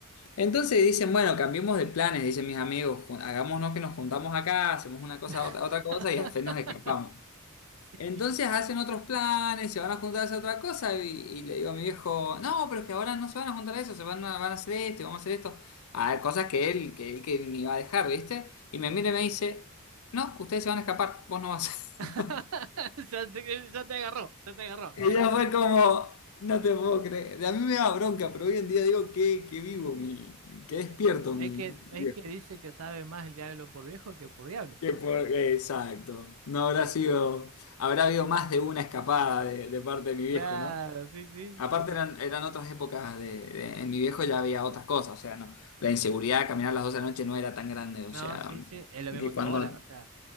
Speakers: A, on the left; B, on the right.
A: Entonces dicen, bueno, cambiemos de planes, dicen mis amigos, ju- hagámonos que nos juntamos acá, hacemos una cosa,
B: <laughs>
A: otra, otra cosa y al fin nos escapamos.
B: sí.
A: Entonces hacen otros planes, se van a juntar a hacer otra cosa y, y le digo a mi viejo, no, pero es que ahora no se van a juntar a eso, se van a, van a hacer esto y vamos a hacer esto. Ah, cosas que él, que él que ni va a dejar, ¿viste? Y me mira y me dice, no, ustedes se van a escapar, vos no vas.
B: <laughs>
A: <laughs>
B: Ya te, ya te agarró, ya te agarró.
A: Y
B: eh,
A: yo
B: o sea,
A: fue como, no te puedo creer. A mí me da bronca, pero hoy en día digo que, que vivo, mi, que despierto
B: ve- es
A: mi...
B: que, es
A: viejo.
B: que dice que sabe más el diablo por viejo que por diablo.
A: Que por- Exacto. No habrá sido, habrá habido más de una escapada de, de parte de mi viejo,
B: Claro,
A: ¿no?
B: sí, sí,
A: Aparte
B: capaz.
A: eran, eran otras épocas de, de- En mi viejo ya había otras cosas, o sea, no. La inseguridad, de caminar a las 12 de la noche no era tan grande, o
B: No,
A: sea,
B: sí, sí, es lo
A: que
B: mismo que
A: cuando...
B: ahora, o sea.